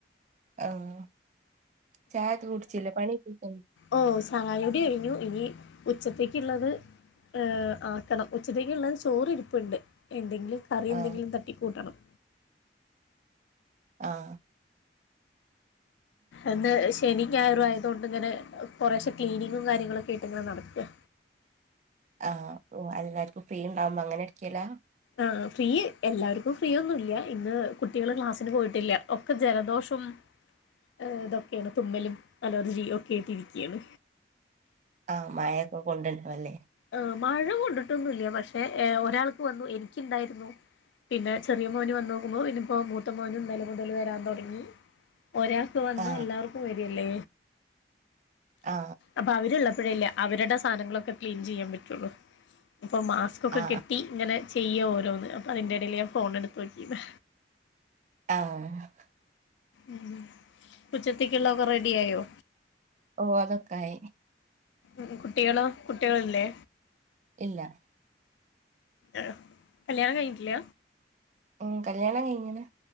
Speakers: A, on the right; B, on the left.
A: ആഹ് ചായൊക്കേ കുട്ച്ച്ലെ പണിയൊ <unintelligible>
B: ഓഹ് ചായുടി കഴിഞ്ഞു. ഇനി ഉച്ചത്തേക്ക്യുള്ളത് ഹ് ആക്കണം. ഉച്ചത്തേക്ക്ള്ളത് ചോറ് ഇരിപ്പ്ണ്ട്. എന്തെങ്കിലും കറി
A: ആ
B: എന്തെങ്കിലും തട്ടിക്കൂട്ടണം
A: ആഹ്
B: എന്ന് ശനി ഞായറും ആയതുകൊണ്ട് ഇങ്ങനെ കൊറേശെ ക്ലീനിങ്ങും കാര്യങ്ങളൊക്കെ ആയിട്ട് ഇങ്ങനെ നടക്കുവാ
A: ആ ഓ എല്ലാവർക്കും ഫ്രീ ഉണ്ടാവുമ്പോ അങ്ങനെയിരിക്കല്ലാ
B: ആഹ് ഫ്രീ എല്ലാവർക്കും ഫ്രീയൊന്നുമില്ല ഇന്ന് കുട്ടികള് ക്ലാസ്സിന് പോയിട്ടില്ല ഒക്കെ ജലദോഷം ആഹ് ഇതൊക്കെയാണ് തുമ്മലും അലർജി ഒക്കെ ആയിട്ടിരിക്കുകയാണ്
A: ആഹ് മയയൊക്കെ കൊണ്ടപ്പോ അല്ലേ
B: ആഹ് മഴ കൊണ്ടിട്ടൊന്നുവില്ല പക്ഷേ ഒരാൾക്ക് വന്നു എനിക്കുണ്ടായിരുന്നു പിന്നെ ചെറിയ മോന് വന്നേക്കുന്നു പിന്ന ഇപ്പോ മൂത്ത മോനും ഇന്നലെ മുതൽ വരാൻ തുടങ്ങി ഒരാ ഇ വന്നാ
A: ആ
B: എല്ലാവർക്കും വരിയല്ലേ
A: ആ
B: അപ്പൊ അവരുള്ളപ്പോഴല്ലേ അവരുടെ സാധനങ്ങളൊക്കെ ക്ലീൻ ചെയ്യാൻ പറ്റുള്ളൂ അപ്പോൾ മാസ്ക്കൊക്കെ
A: ആ
B: കെട്ടി ഇങ്ങനെ ചെയ്യുവാ ഓരോന്ന് അപ്പോ അതിന്റെ ഇടയിൽ ഞാൻ ഫോണ് എടുത്ത് നോക്കിയതാ
A: ആഹ്
B: ഉം ഉച്ചത്തേക്ക് ഉള്ളതൊക്കെ റെഡി ആയോ
A: ഓ അതൊക്കെ ആയി
B: ഉം കുട്ടികളോ കുട്ടികളില്ലേ
A: ഇല്ല
B: ആഹ് കല്യാണം കഴിഞ്ഞിട്ടില്ല
A: ഉം കല്യാണം കഴിഞ്ഞിന്